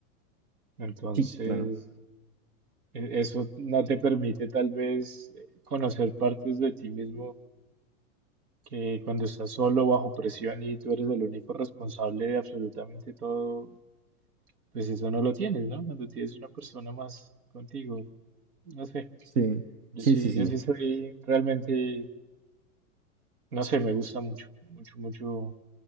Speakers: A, on the right (about 85°); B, on the right (about 50°).
A: Entonces,
B: Sí, claro.
A: e- eso no te permite tal vez eh, conocer partes de ti mismo que cuando estás solo bajo presión y tú eres el único responsable de absolutamente todo, pues eso no lo tienes, ¿no? Cuando tienes una persona más contigo, no sé.
B: Sí,
A: Yo
B: sí,
A: sí,
B: sí, sí,
A: yo sí soy realmente, no sé, me gusta mucho, mucho, mucho